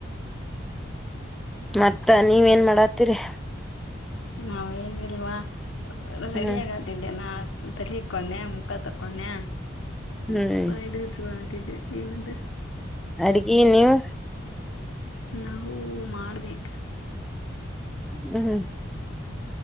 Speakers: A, in the centre; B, on the left (about 85°).
A: ಮತ್ತ ನೀವೆನ್ ಮಾಡಾತ್ತೀರಿ
B: ನಾವೇನ್ಲ್ವಾ ರೆಡಿ
A: ಹ್ಮ್
B: ಆಗಾದ ದ್ದೇನಾ ತಲಿಕೊಂಡೆ ಮುಖ ತಕೊಂಡೆ
A: ಹ್ಮ್
B: ಒಂದ್ ಸ್ವಲ್ಪ ಇದ ಚೋಳ ತಿದ್ದೆ ಏನಂದೆ
A: ಅಡ್ಗಿ ನೀವು
B: ನಾವು ಮಾಡ್ಬೇಕ
A: ಹ್ಮ್್ಮ